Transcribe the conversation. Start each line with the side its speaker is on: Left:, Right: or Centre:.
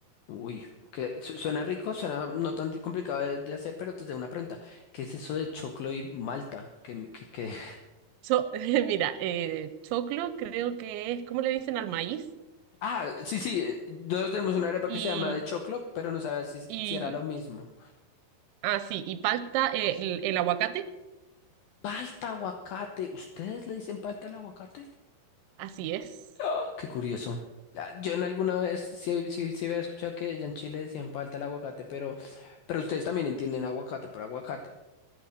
Left: Uy, que su- suena rico, suena no tan complicado de, de hacer, pero te tengo una pregunta. ¿Qué es eso de choclo y malta? ¿Qué, qué, qué? <laughs>
Right: So- <laughs> mira, eh, choclo creo que es, ¿cómo le dicen al maíz?
Left: Ah, sí, sí, eh, nosotros tenemos una arepa
Right: Y,
Left: que se llama de choclo, pero no sabía si, si
Right: y,
Left: era lo mismo.
Right: ah, sí, y palta, eh, el el aguacate,
Left: Palta, aguacate, ¿ustedes le dicen palta al aguacate?
Right: así es.
Left: Oh, qué curioso. Ah, Yo en alguna vez sí, sí, sí había escuchado que allá en Chile decían falta el aguacate, pero, pero ustedes también entienden aguacate por aguacate.